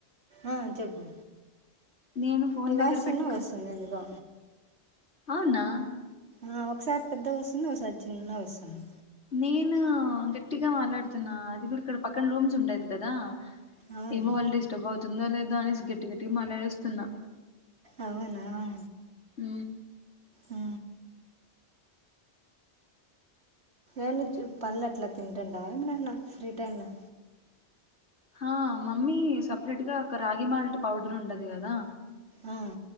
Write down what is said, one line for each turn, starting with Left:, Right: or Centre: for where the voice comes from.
Right: ఆ చెప్పు
Left: నేను ఫోన్
Right: నీ వాయిస్
Left: దగ్గర
Right: చిన్నగా
Left: పెట్టుకు
Right: వస్తుంది ఎందుకో
Left: అవునా
Right: ఆ ఒకసారి పెద్ద వస్తుంది ఒకసారి చిన్న వస్తుంది
Left: నేను గట్టిగా మాట్లాడుతున్నా అది కూడా ఇక్కడ పక్కన రూమ్స్ ఉండది కదా
Right: అవును
Left: ఏమో వాళ్ళు డిస్టర్బ్ అవు తుందో లేదో అనేసి గట్టి గట్టికి మాట్లాడేస్తున
Right: అవునావు
Left: ఉ
Right: ఆ ఏం పండులు అట్లా తింటాంటా ఏమనన్న ఫ్రీ టైమ్ంలో
Left: ఆ మమ్మీ సపరేట్ గా ఒక రాగి మాల్ట్ పౌడర్ ఉండది కదా
Right: ఆ,